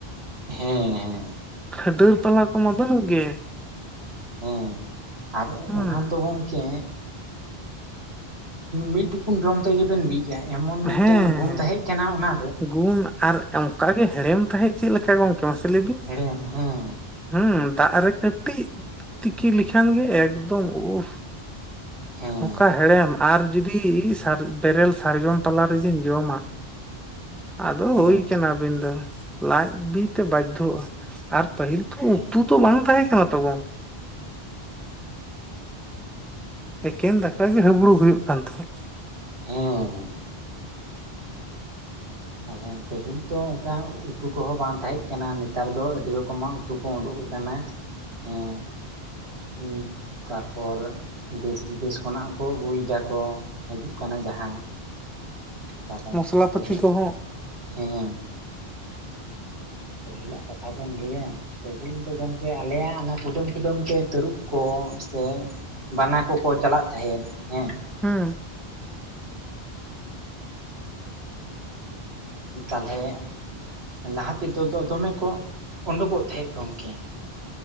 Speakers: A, on the right (about 85°); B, in the centre.
A: ᱦᱮᱸ ᱦᱮᱸ
B: <unintelligible> ᱰᱟᱹᱨ ᱯᱟᱞᱟ ᱠᱚᱢᱟ ᱵᱟᱹᱱᱩᱜ ᱜᱮ
A: ᱦᱮᱸ ᱟᱨ
B: ᱦᱮᱸ
A: ᱚᱱᱟ ᱫᱚ ᱜᱚᱝᱠᱮ ᱢᱤᱫ ᱴᱩᱠᱩᱱ ᱡᱚᱢ ᱛᱮᱜᱮᱵᱮᱱ ᱵᱤᱜᱼᱟ ᱮᱢᱚᱱ ᱢᱤᱫᱴᱮᱱ
B: ᱦᱮᱸ
A: ᱜᱩᱱ ᱛᱟᱦᱮᱸᱡ ᱠᱟᱱᱟ ᱚᱱᱟ
B: ᱜᱩᱱ ᱟᱨ ᱚᱱᱠᱟ ᱜᱮ ᱦᱮᱲᱮᱢ ᱛᱟᱦᱮᱸᱫ ᱪᱮᱫ ᱞᱮᱠᱟ ᱜᱚᱝᱠᱮ ᱢᱟᱥᱮ ᱞᱟᱹᱭ ᱵᱤᱱ?
A: ᱦᱮᱲᱮᱢ ᱦᱮᱸ
B: ᱦᱩᱸ ᱫᱟᱜ ᱨᱮ ᱠᱟᱹᱴᱤᱡ ᱛᱤᱠᱤ ᱞᱮᱠᱷᱟᱱ ᱜᱮ ᱮᱠᱫᱚᱢ ᱩᱷ᱾
A: ᱦᱮᱸ ᱾
B: ᱚᱠᱟ ᱦᱮᱲᱮᱢ ᱟᱨ ᱡᱩᱫᱤ ᱵᱮᱨᱮᱞ ᱥᱟᱨᱡᱚᱢ ᱯᱟᱞᱟ ᱨᱮᱵᱤᱱ ᱡᱚᱢᱟ, ᱟᱫᱚ
A: ᱦᱮᱸ
B: ᱦᱩᱭ ᱠᱟᱱᱟ ᱟᱵᱤᱱ ᱫᱚ ᱞᱟᱡ ᱵᱤᱛᱮ ᱵᱟᱫᱽᱫᱷᱚᱜᱼᱟ ᱟᱨ ᱯᱟᱹᱦᱤᱞ ᱛᱚ
A: ᱦᱮᱸ
B: ᱩᱛᱩ ᱫᱚ ᱵᱟᱝ ᱛᱟᱦᱮᱸ ᱠᱟᱱᱟ ᱛᱟᱵᱚᱱ ᱾ ᱮᱠᱮᱱ ᱫᱟᱠᱟ ᱜᱮ ᱦᱩᱵᱽᱲᱩᱠ ᱦᱩᱭᱩᱜ ᱠᱟᱱ ᱛᱟᱦᱮᱸᱫ ᱾
A: ᱦᱮᱸ ᱾ ᱛᱟᱦᱚᱞᱮ ᱯᱟᱹᱦᱤᱞ ᱛᱚ ᱚᱱᱠᱟ ᱩᱛᱩ ᱠᱚᱦᱚᱸ ᱵᱟᱝ ᱛᱟᱦᱮᱸ ᱠᱟᱱᱟ ᱱᱮᱛᱟᱨ ᱫᱚ ᱟᱹᱰᱤ ᱨᱚᱠᱚᱢᱟᱜ ᱩᱛᱩ ᱩᱰᱩᱠ ᱟᱠᱟᱱᱟ ᱦᱮᱸ ᱛᱟᱨᱯᱚᱨ ᱫᱮᱥ ᱵᱤᱫᱮᱥ ᱠᱷᱚᱱᱟᱜ ᱦᱚᱸᱠᱚ ᱟᱹᱜᱩᱭᱮᱫᱟ ᱠᱚ ᱦᱤᱡᱩᱜ ᱠᱟᱱᱟ ᱡᱟᱦᱟᱸ ᱛᱟᱦᱚᱞᱮ
B: ᱢᱚᱥᱞᱟ
A: ᱯᱟᱹᱦᱤᱞ
B: ᱯᱟᱛᱤ ᱠᱚᱦᱚᱸ
A: ᱦᱮᱸ ᱯᱟᱹᱦᱤᱞᱟᱜ ᱠᱟᱛᱷᱟ ᱵᱮᱱ ᱞᱟᱹᱭᱟ ᱯᱟᱹᱦᱤᱞ ᱫᱚ ᱜᱚᱝ ᱠᱮ ᱟᱞᱮᱭᱟᱜ ᱚᱱᱟ ᱠᱩᱰᱟᱹᱢ ᱠᱩᱰᱟᱹᱢ ᱛᱮ ᱛᱟᱹᱨᱩᱵ ᱠᱚ ᱥᱮ ᱵᱟᱱᱟ ᱠᱚᱠᱚ ᱪᱟᱞᱟᱜ ᱛᱟᱦᱮᱸᱱ ᱦᱮᱸ,
B: ᱦᱩᱸ ᱾
A: ᱛᱟᱦᱚᱞᱮ ᱞᱟᱦᱟ ᱛᱮᱫᱚ ᱫᱚᱢᱮ ᱠᱚ ᱩᱰᱩᱠᱚᱜ ᱛᱟᱦᱮᱸᱫ ᱜᱚᱝᱠᱮ ᱾